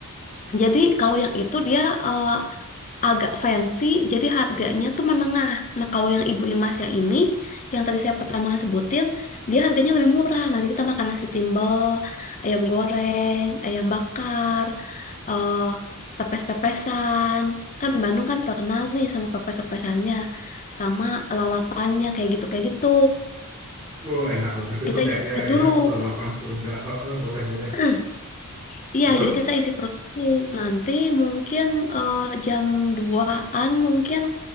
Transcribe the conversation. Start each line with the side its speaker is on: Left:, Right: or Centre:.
Left: jadi kalau yang itu dia eh, agak fancy, jadi harganya tuh menengah. Nah, kalau yang Ibu Imas yang ini, yang tadi saya pertama sebutin, dia harganya lebih murah. Nanti kita makan nasi timbel, ayam goreng, ayam bakar, eh, pepes-pepesan. Kan Bandung kan terkenal nih sama pepes-pepesannya, sama lalapannya kayak gitu kayak gitu.
Right: Oh, enak banget itu
Left: Kita
Right: kayaknya
Left: isi perut dulu.
Right: ya, lalapan Sunda. Heeh, boleh, boleh.
Left: <clears throat> Iya,
Right: Terus,
Left: jadi kita isi perut dulu. Nanti mungkin eh, jam duaan mungkin